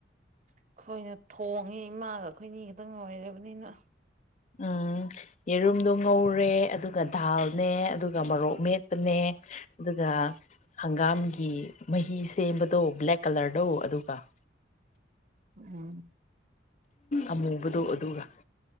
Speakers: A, on the right; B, on the left.
A: ꯑꯩꯈꯣꯏꯅ ꯊꯣꯡꯉꯦ ꯏꯃꯥꯒ ꯑꯩꯈꯣꯏꯅꯤ ꯈꯛꯇꯪ ꯂꯣꯏꯔꯕꯅꯤꯅ
B: ꯎꯝ ꯌꯦꯔꯨꯝꯗꯣ ꯉꯧꯔꯦ ꯑꯗꯨꯒ ꯗꯥꯜꯅꯦ ꯑꯗꯨꯒ ꯃꯣꯔꯣꯛ ꯃꯦꯠꯄꯅꯦ ꯑꯗꯨꯒ ꯍꯪꯒꯥꯝꯒꯤ ꯃꯍꯤ ꯁꯦꯝꯕꯗꯣ ꯕ꯭ꯂꯦꯛ ꯀꯂꯔꯗꯣ ꯑꯗꯨꯒ
A: ꯎꯝ ꯎꯝ
B: ꯑꯃꯨꯕꯗꯣ ꯑꯗꯨꯒ